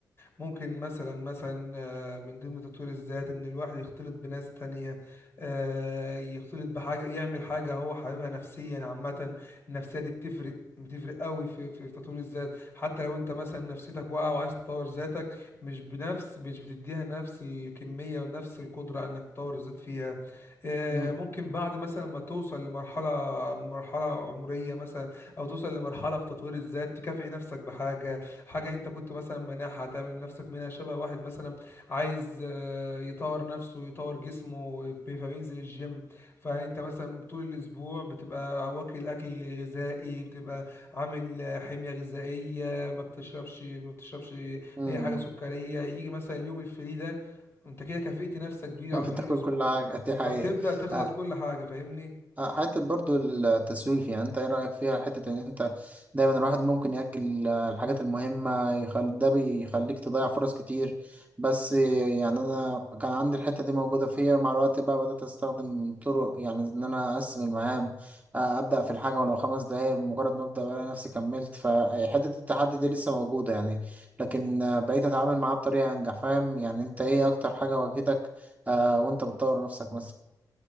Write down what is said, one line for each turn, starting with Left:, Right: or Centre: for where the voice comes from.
Left: ممكن مثلا مثلا آه، من ضمن تطوير الذات ان الواحد يختلط بناس تانية آه، يختلط بحاجة يعمل حاجة هو حاببها نفسيا عامة النفسية دي بتفرق بتفرق قوي في في في تطوير الذات حتى لو انت مثلا نفسيتك واقعه وعايز تطور ذاتك مش بنفس مش بتديها نفس الكميه ونفس القدره انك تطور الذات فيها آه،
Right: مم.
Left: ممكن بعد مثلا ما توصل لمرحلة مرحلة عمرية مثلا أو توصل لمرحلة في تطوير الذات تكافئ نفسك بحاجة حاجة أنت كنت مثلا مانعها تعمل نفسك منها شبه واحد مثلا عايز آه، يطور نفسه يطور جسمه فبينزل الجيم فأنت مثلا طول الأسبوع بتبقى واكل أكل غذائي بتبقى عامل آه، حمية غذائية ما بتشربش ما بتشربش
Right: مم.
Left: أي حاجة سكرية يجي مثلا اليوم الفري ده أنت كده كافئت نفسك بيه
Right: <laughs> بتاكل
Left: على طول الأسبوع
Right: كل حاجة دي حقيقة
Left: فبتبدأ تخلط
Right: آه،
Left: كل حاجة فاهمني
Right: آه، حتة برضو التسويف يعني انت ايه رأيك فيها حتة ان انت دايما الواحد ممكن يأجل آه، الحاجات المهمة يخل... ده بيخليك تضيع فرص كتير بس آه، يعني انا كان عندي الحتة دي موجودة فيا مع الوقت بقى بدأت استخدم طرق يعني ان انا اقسم المهام آه، ابدأ في الحاجة ولو خمس دقايق بمجرد ما ابدأ بلاقي نفسي كملت فحتة التحدي دي لسه موجودة يعني لكن آه، بقيت اتعامل معاه بطريقة انجح فاهم يعني انت ايه اكتر حاجة واجهتك آه، وانت بتطور نفسك مثلا